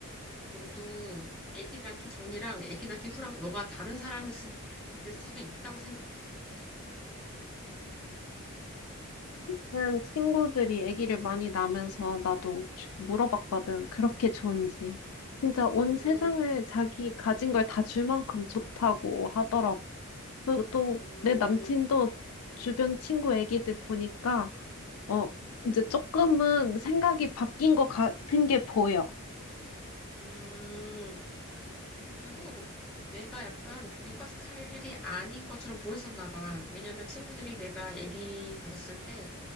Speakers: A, in the centre; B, on the left (about 80°).
A: 어, 너도 아기 낳기 전이랑 아기 낳기 후랑 너가 다른 사람일 수, 될 수도 있다고 생각해.
B: 그냥 친구들이 아기를 많이 낳으면서 나도 주- 물어봤거든. 그렇게 좋은지. 진짜 온
A: 음,
B: 세상을 자기 가진 걸 다 줄 만큼 좋다고 하더라고. 그리고 또
A: 음,
B: 내 남친도 주변 친구 아기들 보니까 어, 이제 조금은 생각이 바뀐 것 같은 게 보여.
A: 음. 그리고 내가 약간 육아 스타일이 아닌 것처럼 보였었나 봐. 왜냐면 친구들이 내가 아기 가졌을 때